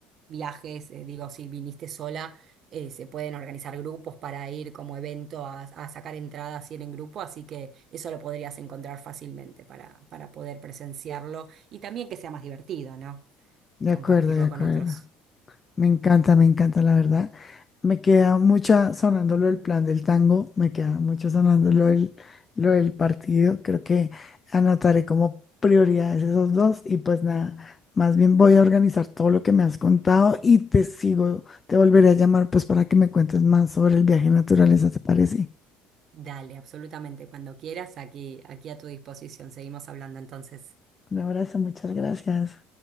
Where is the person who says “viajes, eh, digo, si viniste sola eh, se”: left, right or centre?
Right